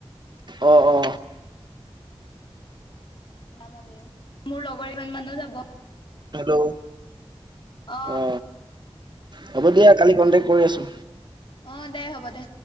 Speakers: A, on the right; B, on the left.
A: অ- অ।
B: <unintelligible>
A: হেল্ল'। অ
B: আহ।
A: হ'ব দিয়া কালি কন্টেকট কৰি আছো।
B: অ দে হ'ব দে